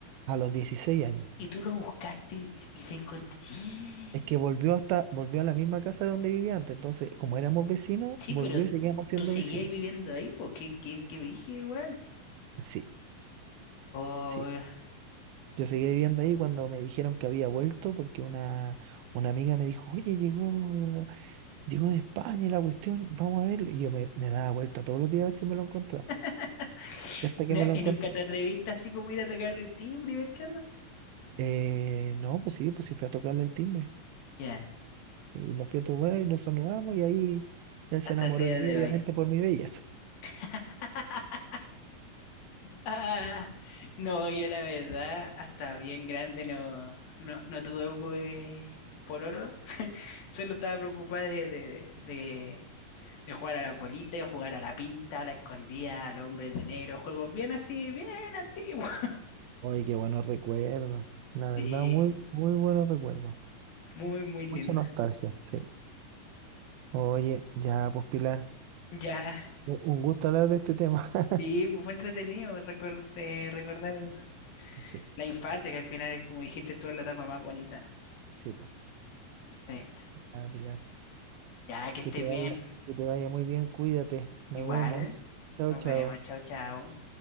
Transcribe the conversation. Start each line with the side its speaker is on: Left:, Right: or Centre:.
Right: a los 16 años.
Left: y tú lo buscaste y, y se encontró. <gasps>
Right: Es que volvió hasta, volvió a la misma casa donde vivía antes. Entonces, como éramos vecinos,
Left: Sí,
Right: volvió
Left: pero t-
Right: y seguíamos siendo
Left: tú seguías
Right: vecinos.
Left: viviendo ahí, pues qué, qué, qué brígido igual.
Right: Sí,
Left: O
Right: sí. Yo seguí viviendo ahí cuando me dijeron que había vuelto porque una, una amiga me dijo, oye, llegó Llegó de España y la cuestión, vamos a verlo. Y yo me, me daba vuelta todos los días a ver si me lo encontraba.
Left: <laughs>
Right: Y hasta
Left: y
Right: que
Left: na-
Right: me lo
Left: y
Right: encontré.
Left: nunca te atreviste así como ir a tocarle el timbre y ver qué onda.
Right: Eh, no, pues sí, pues sí fui a tocarle el timbre.
Left: Ya,
Right: Y lo fui a tocar y nos saludamos y ahí él se
Left: hasta
Right: enamoró
Left: el día
Right: de mí,
Left: de
Right: obviamente
Left: hoy.
Right: por mi belleza.
Left: <laughs> Ah, no, yo la verdad, hasta bien grande no, no, no tuve pues, pololo. <laughs> Solo estaba preocupada de, de, de, de jugar a la bolita, de jugar a la pinta, a la escondida, al hombre de negro. Juegos bien así, bien antiguos. <laughs>
Right: Oye, qué buenos recuerdos. La verdad,
Left: Sí,
Right: muy, muy buenos recuerdos.
Left: muy, muy lindo.
Right: Mucha nostalgia, sí. Oye, ya, pues Pilar,
Left: Ya,
Right: u- un gusto hablar de este tema. <laughs>
Left: sí, pues fue entretenido recor- eh, recordar
Right: Sí,
Left: la infancia, que al final, es, como dijiste tú, es la etapa más bonita.
Right: sí, pues.
Left: Sí.
Right: Ah, Pilar,
Left: Ya, que
Right: que
Left: estés
Right: te vaya,
Left: bien.
Right: que te vaya muy bien, cuídate. Nos
Left: Igual,
Right: vemos. Chao,
Left: nos
Right: chao.
Left: vemos, chao, chao.